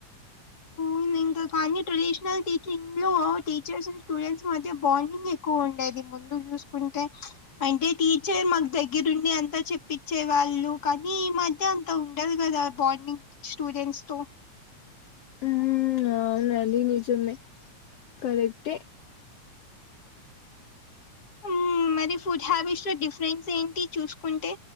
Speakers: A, on the left; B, on the left.
A: అవ్నింకా కా అన్ని ట్రెడిషనల్ టీచింగ్ లో టీచర్స్ అండ్ స్టూడెంట్స్ మధ్య బాండింగ్ ఎక్కువ ఉండేది ముందు చూస్ కుంటే అంటే టీచర్ మాక్ దగ్గరుండి అంతా చెప్పిచ్చే వాళ్ళు కానీ ఈ మధ్య అంత ఉండదు కదా బాండింగ్ స్టూడెంట్స్ తో
B: మ్ అవ్నదీ నిజమే కరెక్టే
A: మ్ మరి ఫుడ్ హ్యాబిట్స్ లో డిఫరెన్స్ ఏంటి చూసుకుంటే